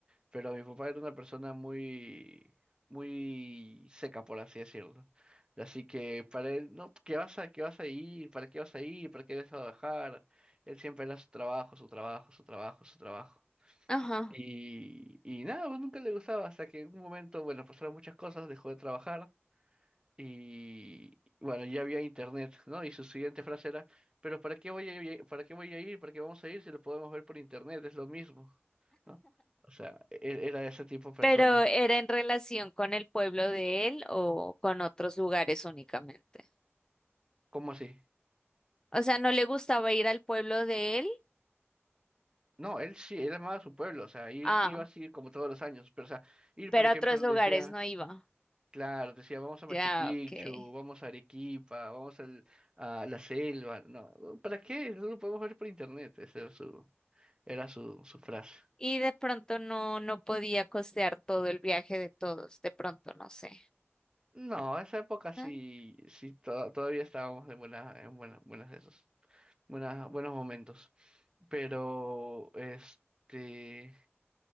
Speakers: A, on the right; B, on the left.
A: pero mi papá era una persona muy, muy seca, por así decirlo. Así que para él, no, ¿qué vas a, qué vas a ir? ¿Para qué vas a ir? ¿Para qué vas a viajar? Él siempre era su trabajo, su trabajo, su trabajo, su trabajo.
B: Ajá.
A: Y, y nada, pues nunca le gustaba, hasta que en un momento, bueno, pasaron muchas cosas, dejó de trabajar y bueno, ya había internet, ¿no? Y su siguiente frase era, pero ¿para qué voy a ir, para qué voy a ir, para qué vamos a ir si lo podemos ver por internet? Es lo mismo, ¿no? O sea, e- e, era de ese tipo de personas.
B: ¿Pero era en relación con el pueblo de él o con otros lugares únicamente?
A: ¿Cómo así?
B: O sea, ¿no le gustaba ir al pueblo de él?
A: No, él sí, él amaba su pueblo, o sea, ir-
B: Ah,
A: iba así como todos los años, pero o sea, ir,
B: pero
A: por ejemplo,
B: a otros lugares
A: decía,
B: no iba.
A: claro, decía, vamos a
B: Ya,
A: Machu Picchu,
B: ok.
A: vamos a Arequipa, vamos al- a la selva, no, ¿para qué? No lo podemos ver por internet, esa era su, era su, su frase.
B: Y de pronto no, no podía costear todo el viaje de todos. De pronto, no sé.
A: No, esa época sí,
B: Ah,
A: sí to- todavía estábamos en buena, en buena- buenas esos, buenas, buenos momentos. Pero este,